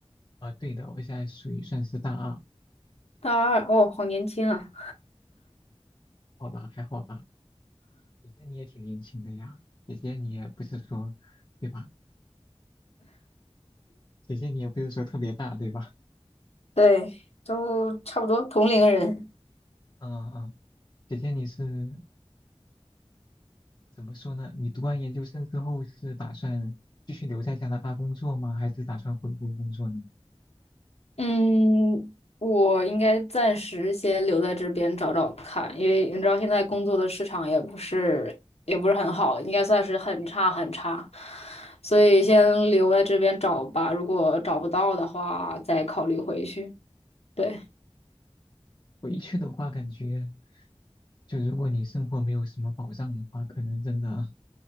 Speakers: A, on the left (about 40°); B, on the left (about 80°).
A: 啊啊对的，我现在属于算是大二，
B: 大二，哦，好年轻啊。
A: 好吧，还好吧。姐姐你也挺年轻的呀，姐姐你也不是说，对吧？姐姐你也不是说特别大，对吧？
B: 对，都差不多同龄人。
A: 嗯嗯，姐姐你是怎么说呢？你读完研究生之后是打算继续留在加拿大工作吗？还是打算回国工作呢？
B: 嗯，我应该暂时先留在这边找找看，因为你知道现在工作的市场也不是也不是很好，应该算是很差很差，所以先留在这边找吧。如果找不到的话，再考虑回去。对，
A: 回去的话，感觉。就如果你生活没有什么保障的话，可能真的